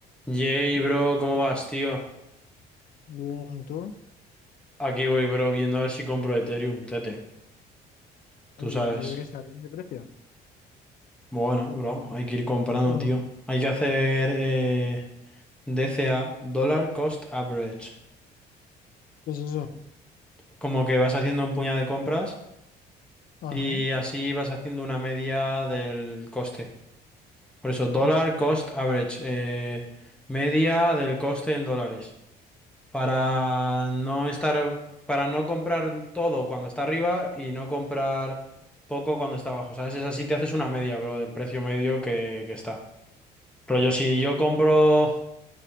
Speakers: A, in the centre; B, on the left (about 55°).
A: Yay, bro, ¿cómo vas, tío?
B: Bien, ¿y tú?
A: Aquí voy, bro, viendo a ver si compro Ethereum, tete. Tú
B: Eh,
A: sabes.
B: pero que está bien de precio.
A: Bueno, bro, hay que ir comprando,
B: Oh,
A: tío. Hay que hacer eh, DCA, Dollar Cost Average.
B: ¿qué es eso?
A: Como que vas haciendo un puñado de compras
B: Ajá.
A: y así vas haciendo una media del coste. Por eso, Dollar
B: Mm,
A: Cost Average, eh, media del coste en dólares. para
B: Sí,
A: no estar, para no comprar todo cuando está arriba y no comprar poco cuando está abajo, ¿sabes? Es así, te haces una media, bro, del precio medio que,
B: sí,
A: que está. Rollo, si yo compro,